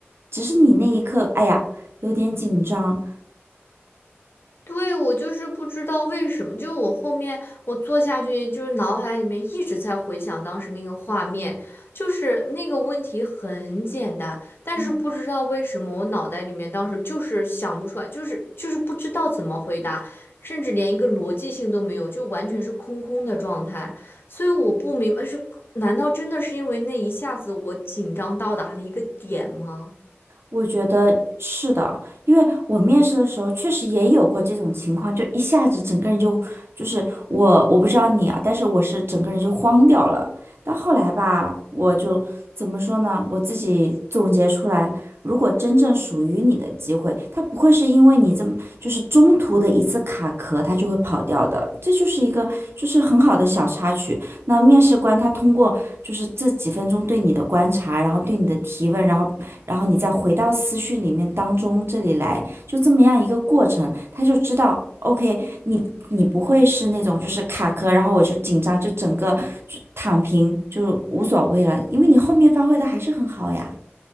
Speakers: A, on the right; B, on the left.
A: 只是你那一刻，哎呀，有点紧张。
B: 对，我就是不知道为什么，就我后面我坐下去，就是脑海里面一直在回想当时那个画面，就是那个问题很简单，但是不知道为什么我脑袋里面当时就是想不出来，
A: 嗯
B: 就是就是不知道怎么回答，甚至连一个逻辑性都没有，就完全是空空的状态，所以我不明白是，难道真的是因为那一下子我紧张到达了一个点吗？
A: 我觉得是的，因为我面试的时候确实也有过这种情况，就一下子整个人就就是我我不知道你啊，但是我是整个人就慌掉了。但后来吧，我就怎么说呢？我自己总结出来，如果真正属于你的机会，它不会是因为你这么就是中途的一次卡壳，它就会跑掉的。这就是一个就是很好的小插曲。那面试官他通过就是这几分钟对你的观察，然后对你的提问，然后然后你再回到思绪里面当中这里来，就这么样一个过程，他就知道，OK，你你不会是那种就是卡壳，然后我就紧张，就整个就躺平，就无所谓了，因为你后面发挥的还是很好呀。